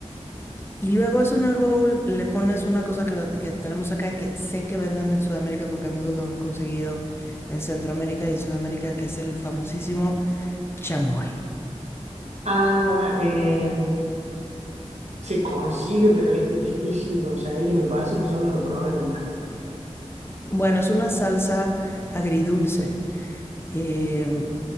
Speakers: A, on the left; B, on the right.
A: y luego eso en el bowl le pones una cosa que, que tenemos acá y que sé que venden en Sudamérica porque amigos lo han conseguido en Centroamérica y en Sudamérica, que es el famosísimo chamoy.
B: Ah, eh, se consigue, pero es difícil de conseguir y me parece que yo no lo probé nunca.
A: Bueno, es una salsa agridulce. Eh,